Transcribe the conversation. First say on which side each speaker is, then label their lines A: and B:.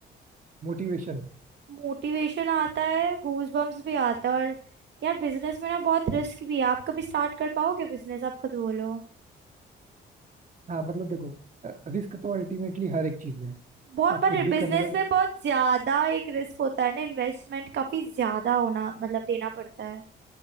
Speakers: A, on the right; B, on the right.
A: मोटिवेशन
B: मोटिवेशन आता है गूज बम्स भी आता है और यार बिजनेस में ना बहुत रिस्क भी है आप कभी स्टार्ट कर पाओगे बिजनेस आप खुद बोलो
A: हाँ मतलब देखो रिस्क तो अल्टीमेटली हर एक चीज में है
B: बहुत
A: आप
B: पर
A: कुछ भी
B: बिजनेस
A: करने जाओ
B: में बहुत ज्यादा एक रिस्क होता है ना इन्वेस्टमेंट काफी ज्यादा होना मतलब देना पड़ता है